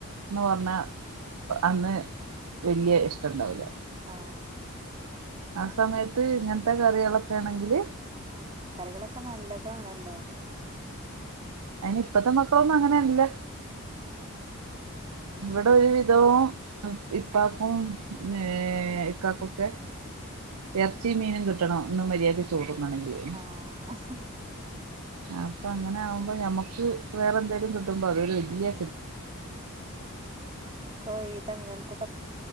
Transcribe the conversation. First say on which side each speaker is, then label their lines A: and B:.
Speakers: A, on the right; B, on the right.
A: ന്ന് പറഞ്ഞാ അന്ന് വല്ല്യ ഇഷ്ടണ്ടാവൂല്ല
B: ആ
A: ആ സമയത്ത് ഇങ്ങൻത്തെ കറികളൊക്കെണെങ്കില്
B: ആഹ് ഇലക്കറികളൊക്കെ നല്ലതാണല്ലോ
A: അയ്ന് ഇപ്പത്തെ മക്കളൊന്നും അങ്ങനെല്ല
B: ആ
A: ഇവടെ ഒരു വിധവും ഇപ്പാക്കും ഏ ഇക്കാകൊക്കെ എർച്ചി മീനും കിട്ടണം ഒന്ന് മര്യാക്ക് ചോറുന്നണെങ്കില്.
B: ആഹ്
A: അപ്പൊ അങ്ങനെ ആവുമ്പോ ഞമ്മക്ക് വേറെ എന്തെലും കിട്ടുമ്പോ അതൊരു വല്ല്യ
B: ആ നമ്മുക്ക് ഇ ഇതങ്ങൻത്തതൊ